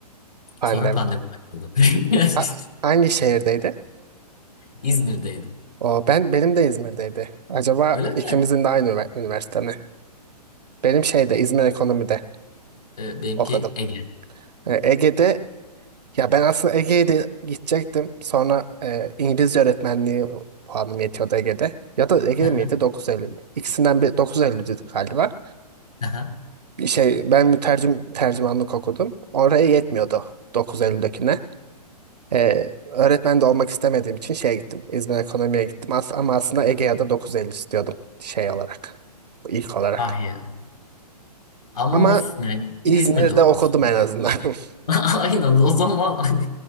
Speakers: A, on the right (about 75°); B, on the left (about 75°).
A: pandemi.
B: Sonra pandemi başladı.
A: Ha-
B: <laughs>
A: hangi şehirdeydi?
B: İzmir'deydim.
A: O ben benim de İzmir'deydi. Acaba
B: Öyle mi?
A: ikimizin de aynı üniver- üniversite mi? Benim şeyde İzmir Ekonomi'de
B: E, benimki
A: okudum.
B: Ege.
A: E, Ege'de Ya ben aslında Ege'ye de gidecektim. Sonra e, İngilizce öğretmenliği puanım yetiyordu Ege'de. Ya da Ege'de
B: <laughs> Hı hı,
A: miydi? 9.50 mi? İkisinden bir 9.50 dedik galiba.
B: hı
A: Bir şey ben mütercim tercümanlık okudum. Oraya yetmiyordu 9.50'dekine. E, öğretmen de olmak istemediğim için şeye gittim. İzmir Ekonomi'ye gittim. As ama aslında Ege'ye de 9.50 istiyordum şey olarak. ilk olarak.
B: Ah ya. Ama
A: Ama
B: olsun yani.
A: İzmir'de
B: Yani İzmir'de okumuşsun.
A: okudum en azından. <laughs>
B: <laughs> Aynen o zaman hani,